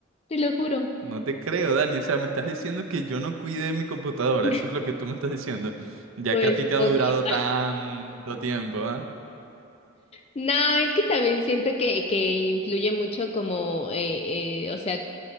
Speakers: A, on the left (about 30°); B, on the right (about 85°).
A: te lo juro.
B: No te creo, Dani. O sea, me estás diciendo que yo no cuide mi computadora.
A: <laughs>
B: Eso es lo que tú me estás diciendo. Ya
A: Pues
B: que a ti te ha
A: poquita.
B: durado tanto tiempo, ¿ah?
A: No, es que también siento que, que influye mucho como, eh, eh, o sea,